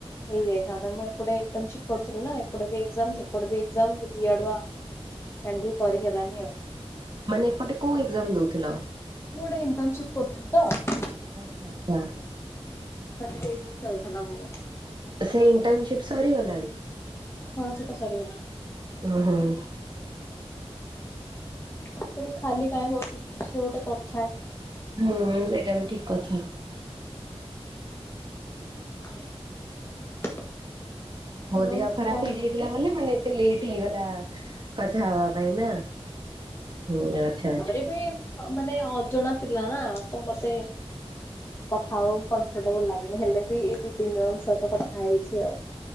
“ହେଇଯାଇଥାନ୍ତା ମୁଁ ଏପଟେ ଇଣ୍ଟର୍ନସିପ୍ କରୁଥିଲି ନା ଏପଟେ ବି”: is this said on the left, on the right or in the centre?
Left